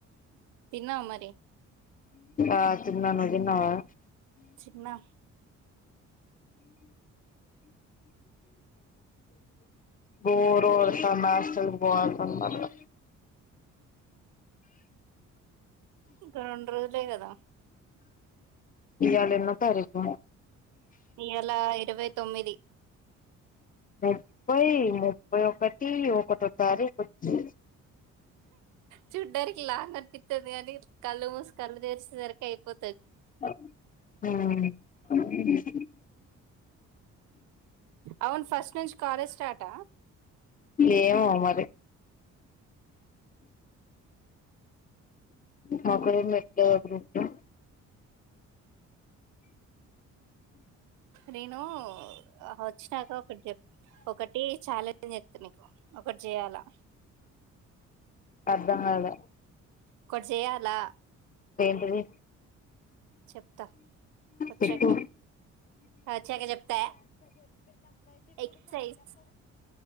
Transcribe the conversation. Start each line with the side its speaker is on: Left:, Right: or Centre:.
Right: తిన్నావ మరి
Left: ఆ తిన్న నువ్వుతిన్నావా
Right: చిన్న
Left: బోర్ కొడుతుంది హాస్టల్ కి పోవాలి తొందరగా
Right: ఇంకా రెండు రోజులే కదా
Left: ఈయల ఎన్నో తారీకు
Right: ఈయాల ఇరవై తొమ్మిది
Left: ముప్పై ముప్పై ఒకటి ఒకటో తారీఖ వో చే
Right: చూడ్డానికిలా నప్ప తుది అని కళ్లు మూసు కళ్ళు తెర్సిర కయిపో
Left: హ్మ్
Right: అవును ఫస్ట్ నుంచి కాలేజ్ స్టాట
Left: ఏమో మరి మాకు ఏం మెట్డ లేదా గ్రూపు లో
Right: నేను వచ్చినాక ఒకటి చెప్ ఒకటి చాలా ఏం తు నికు ఒకటి చేయాలా
Left: అర్ధం కాలే
Right: ఒకటి చేయాలా
Left: ఏంటిది
Right: చెప్తా వచ్చాక
Left: చెప్పు
Right: వచ్చాక చెప్తా ఎక్సైజ్